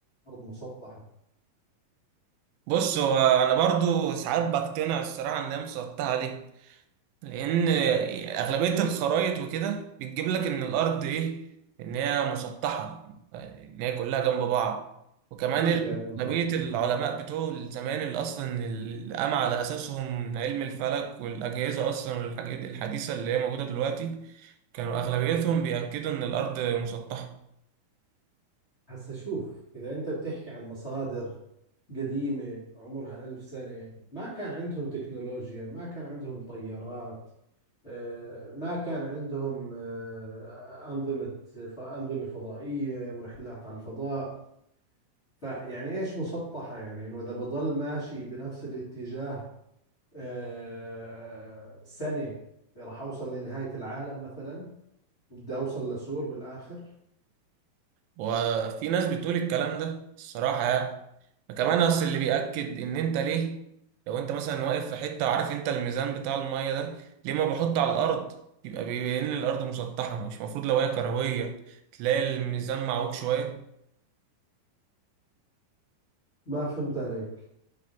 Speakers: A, on the left (about 30°); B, on the right (about 80°).
A: الارض مسطحة
B: بص هو انا برضو ساعات بقتنع الصراحة ان هي مسطحة ليه لان اغلبيه الخرائط وكده بتجيب لك ان الارض ايه ان هي مسطحه ان هي كلها جنب بعض وكمان
A: كيف
B: ال-
A: يعني مسطحة
B: اغلبيه العلماء بتوع زمان اللي اصلا اللي قام على اساسهم علم الفلك والاجهزه اصلا والحاجات الحديثه اللي هي موجوده دلوقتي كانوا اغلبيتهم بيأكدوا ان الارض مسطحه
A: هسا شوف إذا أنت بتحكي عن مصادر قديمة عمرها ألف سنة ما كان عندهم تكنولوجيا ما كان عندهم طيارات آه، ما كان عندهم آه، أنظمة أنظمة فضائية ورحلات على الفضاء فيعني إيش مسطحة يعني إنه إذا بضل ماشي بنفس الاتجاه آه، سنة راح أوصل لنهاية العالم مثلا بدي أوصل لسور بالآخر
B: وفي ناس بتقول الكلام ده الصراحة يعني كمان أصل اللي بيأكد إن أنت ليه لو أنت مثلا واقف في حتة وعارف أنت الميزان بتاع المية ده ليه ما بحطه على الأرض يبقى بيبين إن الأرض مسطحة مش المفروض لو هي كروية تلاقي الميزان معوج شوية
A: ما فهمت عليك